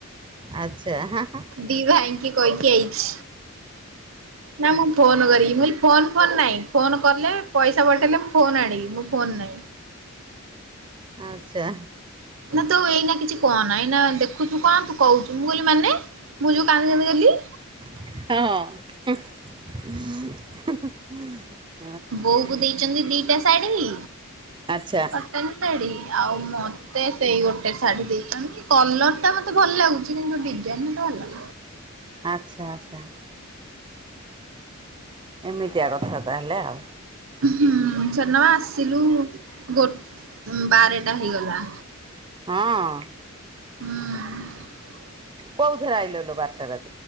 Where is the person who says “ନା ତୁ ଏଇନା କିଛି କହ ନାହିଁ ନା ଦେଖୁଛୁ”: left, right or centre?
Right